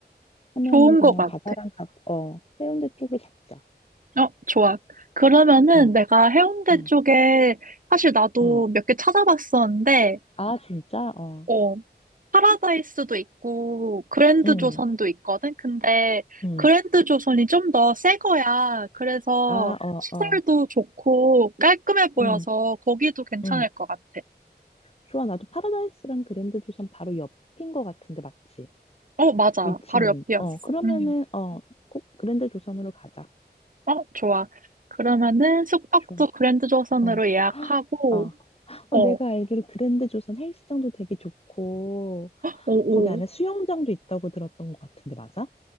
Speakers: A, on the left; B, on the right.
A: 하면은
B: 좋은
A: 그냥
B: 것 같아.
A: 바다랑 가, 어, 해운대 쪽을 잡자.
B: 어, 좋아. 그러면은
A: 응,
B: 내가 해운대
A: 응,
B: 쪽에 사실 나도
A: 응.
B: 몇 개 찾아봤었는데,
A: 아, 진짜? 어,
B: 어, 파라다이스도 있고 그랜드
A: 음.
B: 조선도
A: 응,
B: 있거든. 근데
A: 응.
B: 그랜드 조선이 좀 더 새 거야. 그래서
A: 아, 어,
B: 시설도
A: 어,
B: 좋고 깔끔해 보여서
A: 응,
B: 거기도 괜찮을
A: 응.
B: 것 같아.
A: 좋아, 나도 파라다이스랑 그랜드 조선 바로 옆인 것 같은데, 맞지?
B: 어, 맞아.
A: 위치는.
B: 바로 옆이었어.
A: 어, 그러면은,
B: 음.
A: 어, 꼭 그랜드 조선으로 가자.
B: 어, 좋아. 그러면은 숙박도
A: 좋아.
B: 그랜드 조선으로
A: 어,
B: 예약하고
A: 어. 어,
B: 어,
A: 내가
B: 오,
A: 알기로 그랜드 조선 헬스장도 되게 좋고,
B: 오.
A: 거기 안에 수영장도 있다고 들었던 것 같은데, 맞아?